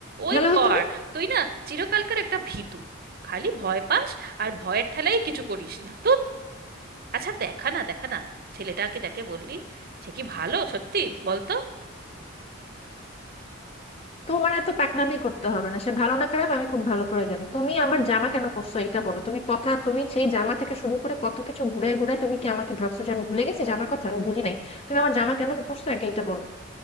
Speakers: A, on the right; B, on the left.
A: ওই
B: ভালো হতো
A: কর
B: না
A: তুই না চিরকালকার একটা ভীতু খালি ভয় পাস আর ভয়ের ঠেলাই কিছু করিস না তো আচ্ছা দেখা না দেখা না ছেলেটাকে যাকে বললি সে কি ভালো সত্যি বলতো
B: তোমার এত পাকনামি করতে হবে না সে ভালো না খারাপ আমি খুব ভালো করে জানি তুমি আমার জামা কেন করছো এটা বলো তুমি কথা তুমি সেই জামা থেকে শুরু করে কত কিছু ঘুরে ঘুরে তুমি কি আমাকে ভাবছো যে আমি ভুলে গেছি জামার কথা আমি ভুলি নাই তুমি আমার জামা কেন করছো একে এটা বলো